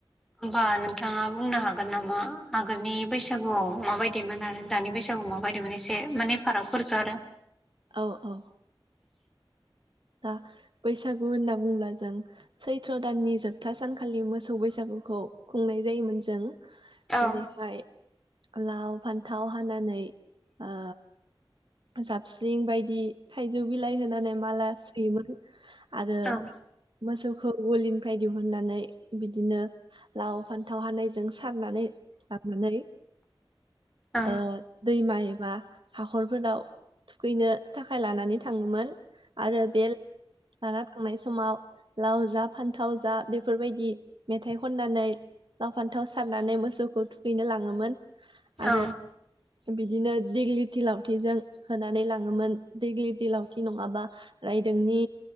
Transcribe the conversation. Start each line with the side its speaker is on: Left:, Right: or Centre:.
Centre: होमबा नोंथाङा बुंनो हागोन नामा आगोलनि बैसागुआव माबायदिमोन आरो दानि बैसागुआव माबायदिमोन एसे माने फारागफोरखो आरो
Right: औ औ दा बैसागु होनना बुङोब्ला जों सैथ्र' दाननि जोबथा सानखालि मोसौ बैसागुखौ खुंनाय जायोमोन जों
Centre: औ
Right: जेरैहाय लाव फान्थाव हानानै ओ जाबस्रिं बायदि थाइजौ बिलाइ होनानै माला सुयोमोन आरो
Centre: औ
Right: मोसौखौ गलिनिफ्राय दिहुननानै बिदिनो लाव फान्थाव हानायजों सारनानै लांनानै
Centre: औ
Right: ओ दैमाय एबा हाखरफोराव थुखैनो थाखाय लानानै थाङोमोन। आरो बेल लाना थांनाय समाव लाव जा फान्थाव जा बेफोरबायदि मेथाइ खननानै लाव फान्थाव सारनानै मोसौखौ थुखैनो लाङोमोन आरो
Centre: औ
Right: बिदिनो दिगलिथि लावथिजों होनानै लाङोमोन दैग्लि दैलावथि नङाबा रायदोंनि